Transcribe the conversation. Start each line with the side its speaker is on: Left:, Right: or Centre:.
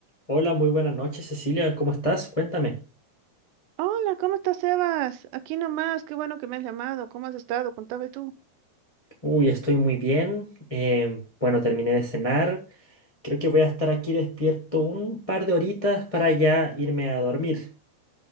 Left: Hola, muy buenas noches, Cecilia. ¿Cómo estás? Cuéntame.
Right: Hola, ¿cómo estás, Sebas? Aquí nomás, qué bueno que me has llamado. ¿Cómo has estado? Contame tú.
Left: Uy, estoy muy bien. Em, bueno, terminé de cenar. Creo que voy a estar aquí despierto un par de horitas para ya irme a dormir.